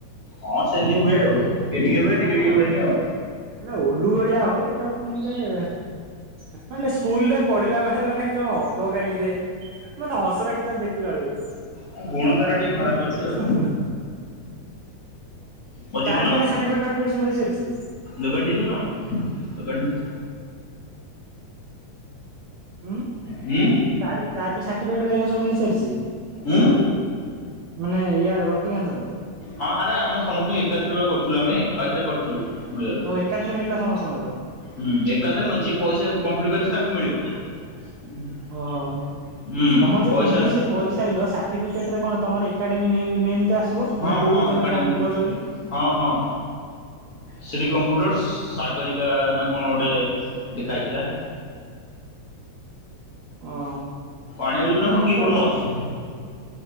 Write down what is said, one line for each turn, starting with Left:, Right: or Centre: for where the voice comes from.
Left: ହଁ ସେମିତି ହୁଏ ଆଉ। ଡେଲି କେବେ,
Right: ଏଟା
Left: ଟିକେ
Right: କଣ
Left: ଟିକେ ହୁଏନି ଆଉ।
Right: ଏଟା ଉଲୁ ଭଳିଆ ହୋଇ ଏଟା ମତେ ମାନେ ସ୍କୁଲରେ ପଢିଲା ବେଳେ ମାନେ କଣ ହବ ଗାଲିରେ ମତେ ହସ ଲାଗେ ତାକୁ ଦେଖିଲା ବେଳକୁ।
Left: ତା ଗୁଣ ତାର ଟିକେ ଖରାପ ଅଛି।
Right: <unintelligible>
Left: ଆଉ ଆଉ ଯିବୁ
Right: ତାର ବି ଏଇନା ସାର୍ଟିଫିକେଟ ଫାଟିପିକେଟ ସବୁ ମିଳି ସାରିଛି।
Left: ଦୋକାନଟି ଦେଇ ଯିବୁନା କଣ? ଦୋକାନ ଟି
Right: ଉଁ
Left: ହୁଁ।
Right: ତାର ତାର ବି ସାର୍ଟିଫିକେଟ୍ ହାରିକା ସବୁ ମିଳି ସାରିଛି।
Left: ଉଁ।
Right: ମାନେ ୟାର ରତିକାନ୍ତର।
Left: ହଁ ଆରେ ଆମେ ସମସ୍ତଙ୍କୁ ଏକାଥରେ କରିଥିଲୁ ଆମେ ଏକାଥରେ କରିଥିଲୁ। ମିଳିଗଲା।
Right: ଓ ଏକାତ୍ରରେ ମିଳିଲା ସମସ୍ତଙ୍କର?
Left: ହୁଁ ଏକଥାରେ ନୁହ ଯିଏ ପଇସା କମ୍ପ୍ଲିଟ୍ କରିଛି ତାକୁ ମିଳିବ। <unintelligible>
Right: ଓହୋ।
Left: ହୁଁ
Right: ତମର ଯୋଉ
Left: ପଇସା
Right: ପିଜିଡି ସେ କରିସାରିଲ ଷାଠି ସଟିିଫିକେଟ କଣ ତମର ଏକାଡେମ ନେମ୍, ନେମ୍ ଆ ଥିବ।
Left: ହଁ
Right: କୋଉଠି
Left: ହଁ
Right: ତମେ
Left: ଏକାଡେମୀ
Right: କମ୍ପ୍ଲିଟ୍ କରିଛ ବୋଲି?
Left: ହଁ ହଁ ଶ୍ରୀ
Right: ଓହୋ
Left: କମ୍ପ୍ୟୁଟର୍ସ ସାଗରିକା ନା କଣ ଗୋଟେ ଲେଖା ହେଇଥିଲା।
Right: ଓହୋ।
Left: ଆଣି ଆକୁ <unintelligible>
Right: ଆମର ତ
Left: ବୋର୍ଡ ମାଉସ